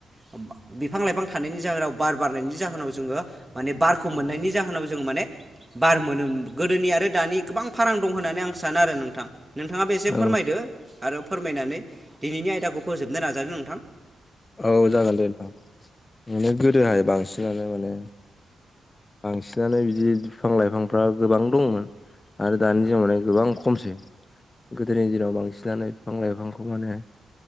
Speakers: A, on the right (about 20°); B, on the left (about 30°).
A: बा बिफां लाइफां थानायनि जाहोनाव बार बारनायनि जाहोनाव जोंङो माने बारखौ मोननायनि जाहोनाव जोंङो माने बार मोनो गोदोनि आरो दानि गोबां फारां दं होननानै आं सानो आरो नोंथां। नोंथाङाबो एसे
B: औ
A: फोरमायदो आरो फोरमायनानै दिनैनि आयदाखौ फोजोबनो नाजादो नोंथां।
B: औ जागोन दे नोंथां। माने गोदोहाय बांसिनानो माने बांसिनानो बिदि बिफां लाइफांफ्रा गोबां दंमोन। आरो दानि दिनाव माने गोबां खमसै। गोदोनि दिनाव बांसिनानो फिफां लाइफांखौ माने